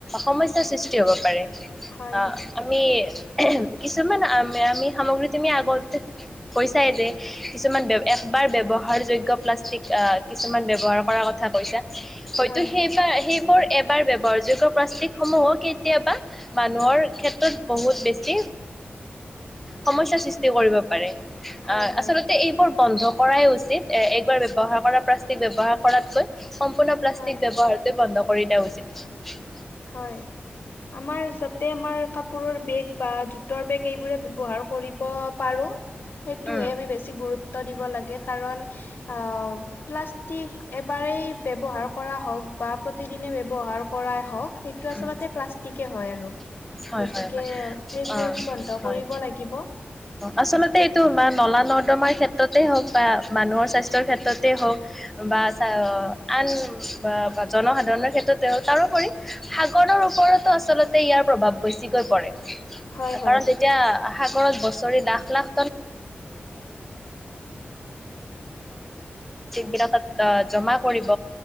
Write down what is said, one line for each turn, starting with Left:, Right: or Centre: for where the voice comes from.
Centre: সমস্যাৰ সৃষ্টি হ'ব পাৰে,
Left: হয়
Centre: আহ
Left: হয়
Centre: আমি। কিছুমান আমি আমি সামগ্ৰী তুমি আগত হৈছাই যে কিছুমান বাৰ ব্যৱহাৰযোগ্য প্লাষ্টিক কিছুমান ব্যৱহাৰ কৰাৰ কথা কৈছা। হয়তো
Left: হয়
Centre: সেইবাৰ সেই বোৰ এবাৰ ব্যৱহাৰযোগ্য প্লাষ্টিক সমূহো কেতিয়াবা মানুহৰ ক্ষেত্ৰত বহুত বেছি সমস্যাৰ সৃষ্টি কৰিব পাৰে।
Left: হয়
Centre: অ'
Left: হয়
Centre: আচলতে এইবোৰ বন্ধ কৰাই উচিত, এ একবাৰ ব্যৱহাৰ কৰা প্লাষ্টিক ব্যৱহাৰ কৰাতকৈ। সম্পূৰ্ণ প্লাষ্টিক
Left: হয় হয়
Centre: ব্যৱহাৰটোৱে বন্ধ কৰি দিয়া উচিত।
Left: হয়, আমাৰ যাতে আমাৰ কাপোৰৰ বেগ বা জোতৰ বেগ এইবোৰে ব্যৱহাৰ কৰিব পাৰো। সেইটোহে
Centre: উম,
Left: আমি বেছি গুৰুত্ব দিব লাগে কাৰণ আহ প্লাষ্টিক এবাৰেই ব্যৱহাৰ কৰা হওঁক বা প্ৰতিদিনে ব্যৱহাৰ কৰাই হওঁক। সেইটো আচলতে
Centre: উম,
Left: প্লাষ্টিকে হয় আৰু
Centre: অ'
Left: গতিকে
Centre: হয়-হয়
Left: সেইবোৰ আমি বন্ধ কৰিব লাগিব।
Centre: আচলতে এইটো নলা নৰ্দমাই। ক্ষেত্ৰতে হওক বা মানুহৰ স্বাস্থ্যৰ ক্ষেত্ৰতেইঢ হওক বা আন জনসাধাৰণৰ ক্ষেত্ৰত তাৰোপৰি সাগৰৰ ওপৰতো আচলতে ইয়াৰ প্ৰভাৱ বেছিকৈ পৰে
Left: হয় হয়।
Centre: কাৰণ তেতিয়া <unintelligible> প্লাক বিলাক ত জমা কৰিব